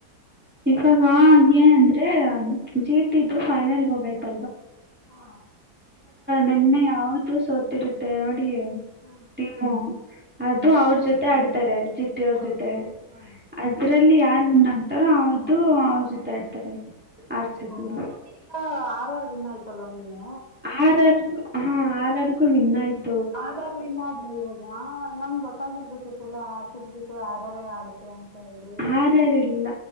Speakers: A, in the centre; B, on the left.
A: ಇವಾಗ ಏನ್ಅಂದ್ರೆ ಜೀಟಿದು ಫೈನಲ್ ಹೋಗಬೇಕು
B: ಹಾ
A: ನಿನ್ನೆ ಯಾವ್ದು ಸೋತಿರುತ್ತೆ ನೋಡಿ ಟೀ
B: ಹಾ
A: ಟೀಮು ಅದು
B: ಹಾ,
A: ಅವ್ರ ಜೊತೆ ಆಡ್ತಾರೆ. ಟ್ಟ ಅವ್ರ
B: ಹೌದು
A: ಜೊತೆ
B: ಹಾ
A: ಅದ್ರಲ್ಲಿ ಯಾರ್ ವಿನ್ ಆಗ್ತಾರೋ ಅವ್ದು ಅವ್ರ ಜೊತೆ ಆಡ್ತಾರೆ. ಆರ್ ಸಿ
B: ಹೌದಾ
A: ಬಿ
B: ಮತ್ತೆ ಈಗ ಆರ್ ಆರ್ ವಿನ್ ಆಯ್ತಲ್ವಾ ನಿನ್ನೆ
A: ಆರ್ ಆರ್ ಹಾ ಆರ್ ಆರ್ ಗು ವಿನ್ ಆಯ್ತು
B: ಆರ್ ಆರ್ ವಿನ್ ಆದ್ರು ಇವಾಗ ವಾ ನಮ್ ಗೊತ್ತಾಗಿರ್ಬೇಕಿತ್ತುಲಾ ಆರ್ ಸಿಗದಿತ್ತು ಆರಾರೇ ಆಡುತ್ತೆ ಅಂತ ಹೇಳಿ
A: ಆರ್ ಆರ್ ಇಲ್ಲ